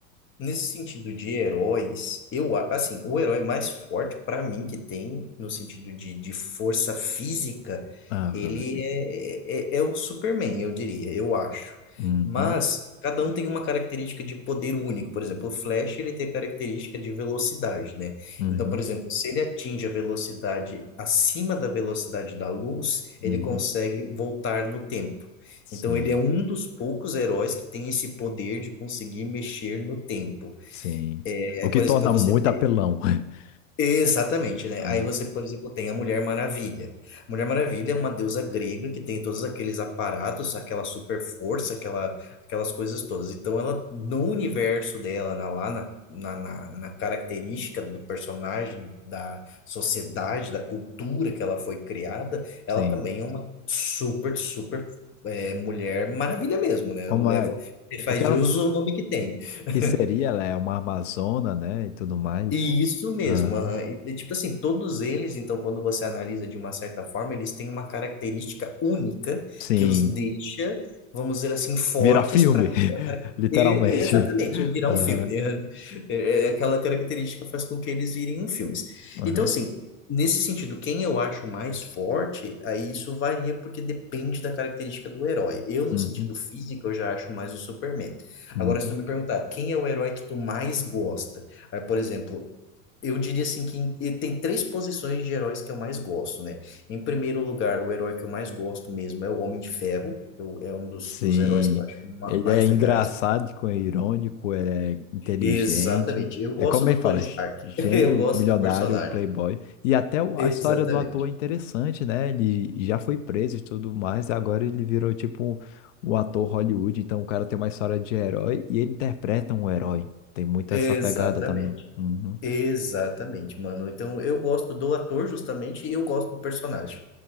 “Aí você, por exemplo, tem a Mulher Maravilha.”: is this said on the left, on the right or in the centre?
Left